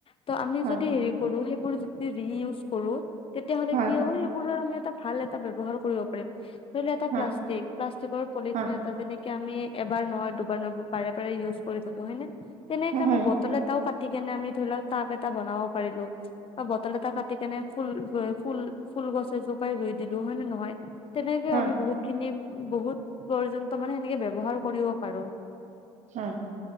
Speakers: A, on the left; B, on the right.
A: ত আমি
B: হয়
A: যদি হেৰি- কৰু সেইবোৰ যদি ৰিইউজ কৰো তেতিয়া হ'লে
B: হয়
A: কি হ'ব সেইবোৰৰ আমি এটা ভাল টা ব্যৱহাৰ কৰিব পাৰিম ধৰি লও এটা
B: হয়
A: প্লাষ্টিক প্লাষ্টিকৰ পলিথিন
B: হয় হয়
A: এটা যেনে,,, আমি এবাৰ নহয় দুবাৰ নহ বাৰে বাৰে ইউজ কৰি থব হয় নে তেনেকে
B: হয়
A: আমি বটলত,
B: হয়
A: তাও কাটি কেনে আমি ধৰি লওক তাপ এটা বনাব পাৰিলো। বা বটল এটা কাটি কেনে ফুল ফুল ফুল গছ এজোপাই ৰুই দিলো হয় নে নহয়? তেনেকে
B: হয়
A: আমি বহুত খিনি বহুত পৰ্যন্ত মানে সেনেকে ব্যৱহাৰ কৰিব পাৰো।
B: হয়।